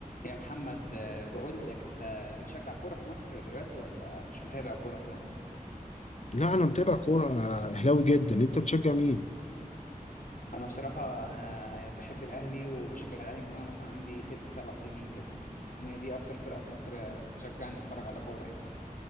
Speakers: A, on the left (about 70°); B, on the left (about 50°).
A: يا محمد آه، بقول لك انت بتشجع كوره في مصر دلوقتي ولا مش متابع كوره في مصر
B: لا انا متابع كوره انا اهلاوي جدا انت بتشجع مين
A: انا بصراحه انا بحب الاهلي وبشجع الاهلي من وانا مثلا عندي ست سبع سنين كده بحس ان هي دي اكتر فرقه في مصر آه، بتشجعني اتفرج على كوره يعني